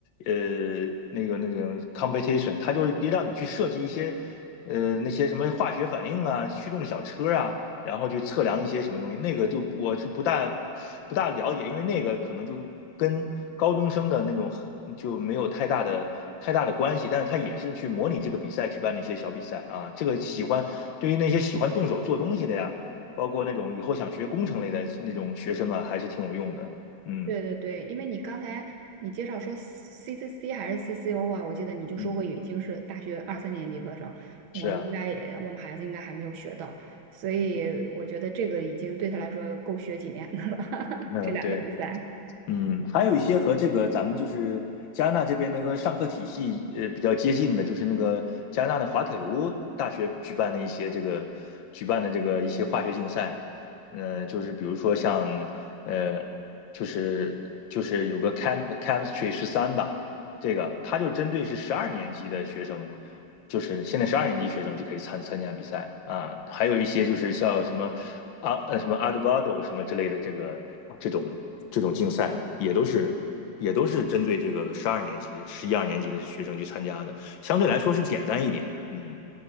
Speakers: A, on the left; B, on the right.
A: 呃那个那个 competition，它就是让你去设计一些呃那些什么化学反应啊、驱动小车啊。然后去测量一些什么东西，那个就我是不大不大了解，因为那个可能就跟高中生的那种就没有太大的太大的关系，但是他也是去模拟这个比赛举办的一些小比赛啊。这个喜欢对于那些喜欢动手做东西的呀，包括那种以后想学工程类的那种学生啊，还是挺有用的。嗯，
B: 对对对，因为你刚才你介绍说 CCC 还是 CCO 啊，我记得你就说过已经是大学二三年级课程，
A: 嗯是啊，
B: 我们应该也我们孩子应该还没有学到，所以我觉得这个已经对他来说够学几年的了，
A: 嗯，
B: <laughs>
A: 嗯，
B: 这两个比赛。
A: 对。嗯，还有一些和这个咱们就是加拿大这边那个上课体系呃比较接近的，就是那个加拿大的滑铁卢大学举办的一些这个举办的这个一些化学竞赛，嗯、就是比如说像呃，就是就是有个 chem chemistry 十三吧，这个它就针对是十二年级的学生，就是现在十二年级学生就可以参参加比赛啊，还有一些就是像什么啊呃什么 a 德 v a 什么之类的这个这种这种竞赛也都是也都是针对这个十二年级、十一二年级的学生去参加的，相对来说是简单一点。嗯